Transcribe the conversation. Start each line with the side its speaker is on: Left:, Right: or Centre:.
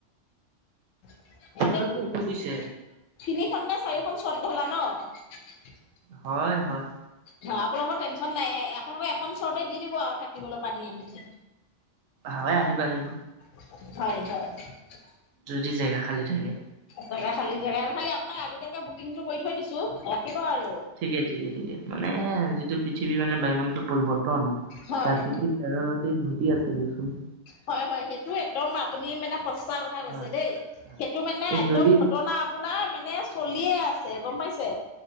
Left: <inaudible> খন
Right: আচলতে এইটো বুজিছে
Left: নে চাৰিখন শ্বট ধলা ন।
Right: হয় হয়।
Left: ধৰা পেলাবলৈ টেনশ্যন নাই য়ে। আপোনালোকে এখন চৰতে দি দিব আৰু থাকিবলৈ পানী আহিলে।
Right: হয় আহিব আহিব।
Left: <inaudible>
Right: যদি জেগা খালি থাকে।
Left: জেগা খালি জেগা খালি আপোনাক আগতীয়াকে বুকিংটো কৰি থৈ দিছো। ৰাখিব আৰু।
Right: ঠিকে ঠিকে ঠিকে মান যিটো পৃথিৱী মানে বায়ুমণ্ডল পৰিৱৰ্তন
Left: হয়
Right: প্ৰাকৃতিক কাৰণতেই ঘটি আছে দিয়কচোন।
Left: হয় হয় সেইটো একদম আপুনি মানে কথা কৈছে
Right: হয়
Left: দেই
Right: হয়
Left: সেইটো মানে একদম
Right: যদি
Left: ঘটনা আপোনাৰ মানে চলিয়ে আছে। গম পাইছে